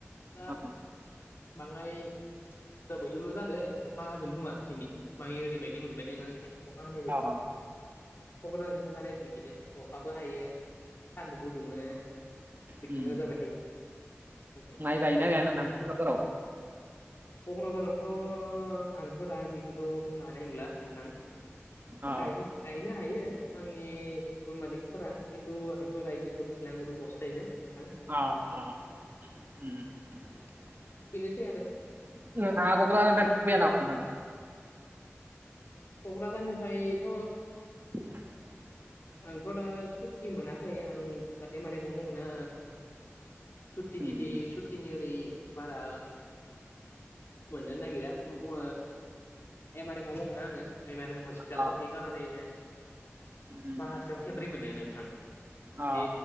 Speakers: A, on the left (about 60°); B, on the right (about 45°).
A: दा
B: अ
A: बाङाय जाबैल'ल' जादों अखा हागोन खोमा दिनै मानि ओरैबायदि मोनबायदों आङो अखा हानाय बायदि
B: अ
A: क'क्राझारनि थासारिया बिदिनो अखाबो हायो सान्दुंबो दुङो बिदिनो
B: उम।
A: जाबाय थायो उम
B: <unintelligible>
A: <unintelligible>
B: क'क्राझाराव
A: क'क्राझारावथ' आंथ' दा बेखौथ' बुंनो हानाय नंला नोंथां
B: अ
A: गायनो हायो आंनि रुम मालिकफोरा खि न्थु आंथ' दायो बेखौ मिथिला आं रुमावसो थायोना नोंथां
B: अ आ आं ओम <unintelligible>
A: बेनोसै आरो क'क्राझारनिफ्रायथ
B: <inaudible>
A: आंथ' दा सुति मोनाखै आं एम आर एमाव मावा सुतिनि
B: उम,
A: दि
B: उम।
A: सुतिनि ओरै बारा मोननो नागिरा ब ओ एमार एमावव मावनो आङो एमार एम हस्पिटालाव
B: अ
A: बे ए खारने
B: उम,
A: माहासेयाव खेब्रै मोनो नोंथां
B: अ
A: बे